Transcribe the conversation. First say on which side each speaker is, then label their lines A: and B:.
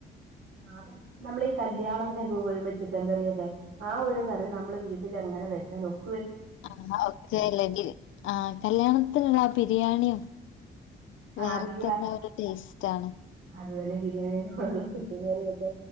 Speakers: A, on the right (about 75°); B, on the left (about 75°).
A: ആ അതെ നമ്മളീ ഈ കല്യാണം <unintelligible> ചിക്കൻ കറിയൊക്കെ ആ ഒരു കറി നമ്മള് വീട്ടിൽ അങ്ങനെ വെച്ചാ ഒക്കും
B: ഓക്കേ ആക്കെല്ലങ്കി ആ കല്യാണത്തിനുള്ള ബിരിയാണിയും
A: ആഹ്
B: വേറെ
A: ബിരിയാണി
B: തന്നെ ഒരു ടേസ്റ്റ് ആണ്
A: അത് തന്നെ ബിരിയാണിയുടെ ബഹളം ചിക്കൻ കറിയൊക്കെ